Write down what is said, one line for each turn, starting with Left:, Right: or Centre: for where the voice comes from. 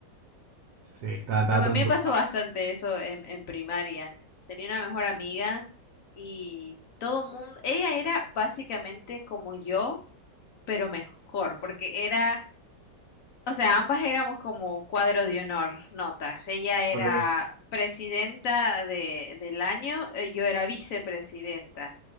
Right: Sí, estaba, estaba
Left: no, a
Right: todo
Left: mí
Right: embrujado.
Left: me pasó bastante eso en, en primaria. Tenía una mejor amiga y todo mundo, ella era básicamente como yo, pero mejor, porque era O sea, ambas éramos como cuadro de honor, notas. Ella era
Right: Ok.
Left: presidenta de, del año, eh, yo era vicepresidenta.